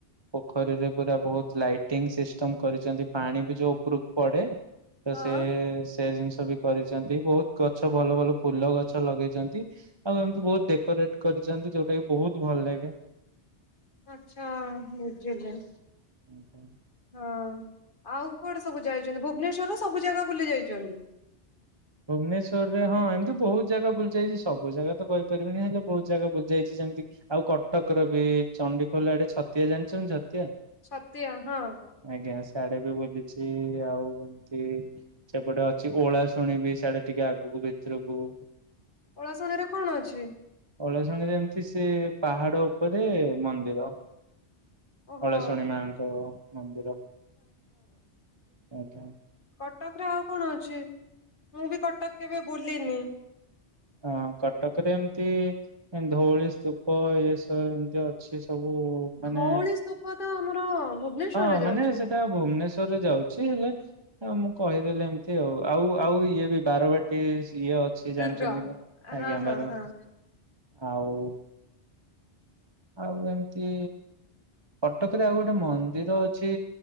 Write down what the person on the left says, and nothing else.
ହଁ।
ଆଛା ବୁଝୁିଲି।
ହଁ ଆଉ କୁଆଡେ ସବୁ ଯାଇଛନ୍ତି, ଭୁବନେଶ୍ଵରରେ ସବୁ ଜାଗା ବୁଲି ଯାଇଛନ୍ତି?
ଛତିଆ ହଁ।
ଓଳାଶୁଣିରେ କଣ ଅଛି?
ଓହୋ
କଟକ୍ ରେ ଆଉ କଣ ଅଛି ମୁଁ ବି କଟକ କେବେ ବୁଲିନି?
ଧଉଳି ସ୍ତୂପ ତ ଆମର ଭୁବନେଶ୍ଵରରେ
ଯାଉଛି
ଦୁର୍ଗା।
ହଁ ହଁ
ହଁ